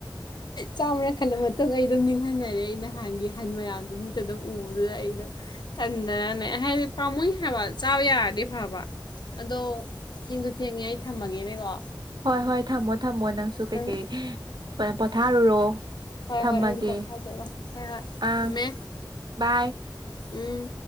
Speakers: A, on the left (about 65°); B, on the right (about 65°).
A: ꯆꯥꯝꯃꯅ ꯈꯜꯂ ꯃꯇꯨꯡ ꯑꯩ ꯑꯗꯨꯝ ꯅꯤꯡꯍꯟꯅꯔꯦ ꯑꯩ ꯅꯍꯥꯟꯒꯤ ꯑꯍꯟ ꯃꯌꯥꯝꯗꯨꯣ ꯃꯤꯠꯇ ꯑꯗꯨꯝ ꯎꯕꯗꯨꯗ ꯑꯩꯩꯅꯣ ꯇꯗꯅꯦ ꯍꯥꯏꯗꯤ ꯄꯥꯝꯃꯨꯏ ꯍꯥꯏꯕ ꯆꯥꯕ ꯌꯥꯔꯗꯤ ꯐꯕ ꯑꯗꯣ ꯊꯦꯡꯁꯨ ꯊꯦꯡꯉꯦ ꯑꯩ ꯊꯝꯃꯒꯦꯅꯦꯀꯣ
B: ꯍꯣꯏ ꯍꯣꯏ ꯊꯝꯃꯣ ꯊꯝꯃꯣ ꯅꯪꯁꯨ ꯀꯩꯀꯩ
A: ꯅꯪ
B: ꯄꯣꯊꯥꯔꯨꯔꯣ
A: ꯍꯣꯏ
B: ꯊꯝꯃꯒꯦ
A: ꯍꯣꯏ ꯑꯗꯨꯪꯄꯣꯖꯔꯣ ꯍꯣꯏ ꯍꯣꯏ
B: ꯑꯪ
A: ꯊꯝꯃꯦ
B: ꯕꯥꯏ
A: ꯎꯝ